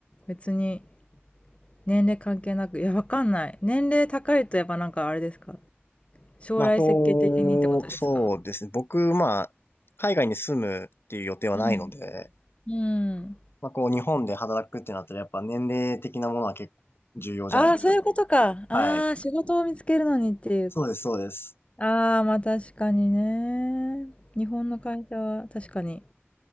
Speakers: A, on the left; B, on the left.
A: 別に年齢関係なく、いや、わかんない。年齢高いとやっぱなんかあれですか将来設計的にってことですか
B: まあ、こう、そうですね。僕、まあ、海外に住むっていう予定はないので、
A: うん。うん。
B: まあ、こう、日本で働くってなったら、やっぱ年齢的なものは結構重要じゃないですか。
A: ああ、そういうことか。ああ、
B: はい。
A: 仕事を見つけるのにっていう。
B: そうです、そうです。
A: ああ、まあ確かにね。日本の会社は確かに。